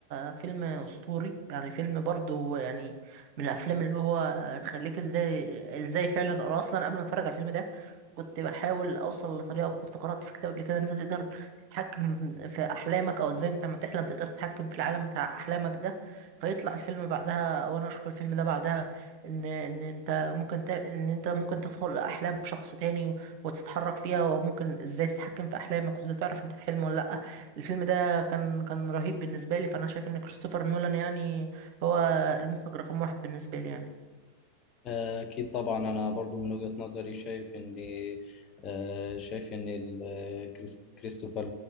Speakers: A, on the right (about 45°); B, on the left (about 30°).
A: فيلم اسطوري يعني فيلم برضه يعني من الافلام اللي هو تخليك ازاي ازاي فعلا انا اصلا قبل ما اتفرج على الفيلم ده كنت بحاول اوصل لطريقه وكنت قرات في كتاب قبل كده ان انت تقدر تتحكم في احلامك او ازاي انت لما تحلم تقدر تتحكم في العالم بتاع احلامك ده فيطلع الفيلم بعدها او انا اشوف الفيلم ده بعدها ان ان انت ممكن ت... ان انت ممكن تدخل احلام شخص تاني وتتحرك فيها وممكن ازاي تتحكم في احلامك وازاي تعرف انت في حلم ولا لا الفيلم ده كان كان رهيب بالنسبه لي فانا شايف ان كريستوفر نولان يعني هو المخرج رقم واحد بالنسبه لي يعني
B: أكيد طبعا أنا برضو من وجهة نظري شايف إن آه، شايف إن ال- كريس- كريستوفر